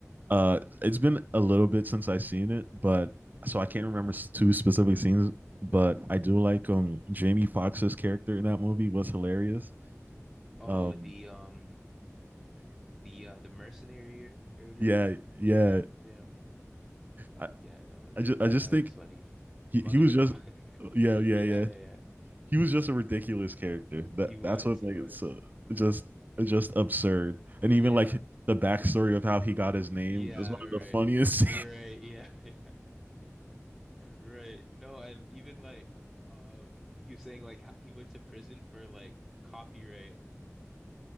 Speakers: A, on the right (about 35°); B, in the centre.
A: Uh, it's been a little bit since I seen it, but so I can't remember s- two specific scenes. But I do like um Jamie Foxx's character in that movie was hilarious.
B: Oh,
A: Um,
B: the um the uh the mercenary or, or whatever.
A: yeah, yeah.
B: Yeah, yeah.
A: I,
B: Yeah, no,
A: I just
B: that
A: I just
B: guy
A: think
B: was funny.
A: he,
B: Mother,
A: he was just
B: <laughs> mother.
A: yeah yeah
B: Yeah,
A: yeah
B: yeah, yeah.
A: he was just a ridiculous character. That
B: He was,
A: that's what
B: he
A: like
B: was.
A: it's uh, just just absurd. And
B: Yeah,
A: even like the backstory of how he got his name
B: yeah,
A: is one
B: right,
A: of the funniest.
B: right, yeah, <laughs> yeah, right. No, and even like, um, he was saying like how he went to prison for like copyright,